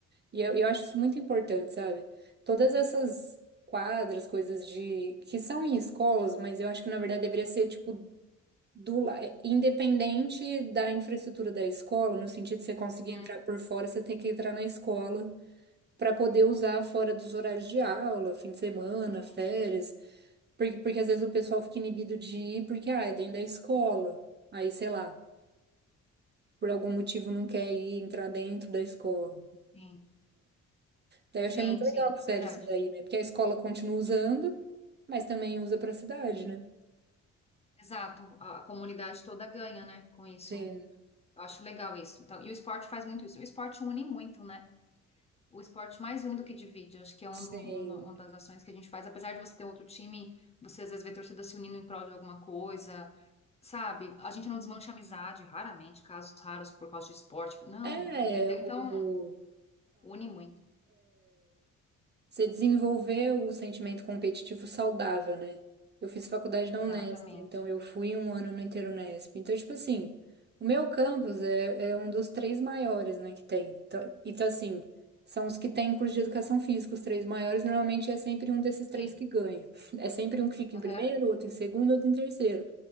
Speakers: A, on the right; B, on the left.
A: E eu, eu acho isso muito importante, sabe? Todas essas quadras, coisas de que são em escolas, mas eu acho que na verdade deveria ser tipo do la- é, independente da infraestrutura da escola, no sentido de você conseguir
B: Uhum,
A: entrar por fora, você tem que entrar na escola para poder usar fora dos horários de aula, fim de semana,
B: sim,
A: férias. Porque, porque às vezes o pessoal fica inibido de ir porque, ah, é dentro da escola. Aí, sei lá, por algum motivo não quer ir entrar dentro da escola.
B: sim,
A: Daí eu
B: sim,
A: achei muito legal
B: sim,
A: pro Sérgio
B: verdade.
A: isso daí, né? Porque a escola continua usando, mas também usa pra cidade, né?
B: Exato. A, a comunidade toda ganha, né, com isso.
A: Sim,
B: Eu acho legal isso. Então, e o esporte faz muito isso. O esporte une muito, né? o esporte mais une do que divide. Acho que é um
A: sim.
B: do- um da- uma das ações que a gente faz. Apesar de você ter outro time, você às vezes vê torcida se unindo em prol de alguma coisa, sabe? A gente não desmancha amizade, raramente, casos raros por causa de esporte. Não,
A: É,
B: entendeu?
A: o,
B: Então, une muito.
A: Você desenvolveu o sentimento competitivo saudável, né? Eu fiz faculdade na
B: Exatamente.
A: Unesp, então eu fui um ano no Interunesp. Então, tipo assim, o meu campus é, é um dos três maiores, né, que tem. Então, então, assim, são os que têm curso de educação física, os três maiores, normalmente é sempre um desses
B: Sim.
A: três que ganha. <laughs> É sempre um que fica em
B: Aham.
A: primeiro, outro em segundo, outro em terceiro.